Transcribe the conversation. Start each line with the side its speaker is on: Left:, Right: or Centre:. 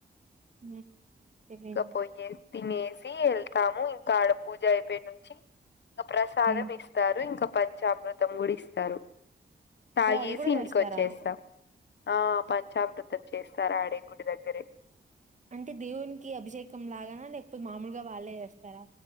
Right: హు తెలిదు.
Left: పోయేసి తినేసి ఎళ్తాము ఇంకా ఆడ పూజ అయిపోయి నుంచి. ఇంకా ప్రసాదం
Right: ఉమ్
Left: ఇస్తారు ఇంకా పంచామృతం గూడ ఇస్తారు. తాగేసి
Right: ఓ అది కూడా
Left: ఇంటికి
Right: చేస్తారా
Left: వచ్చేస్తాం. ఆ పంచామృతం చేస్తార్ ఆడే గుడి దగ్గరే.
Right: అంటే దేవునికి అభిషేకం లాగానా, లేకపోతే మామూలుగా వాళ్లే చేస్తారా.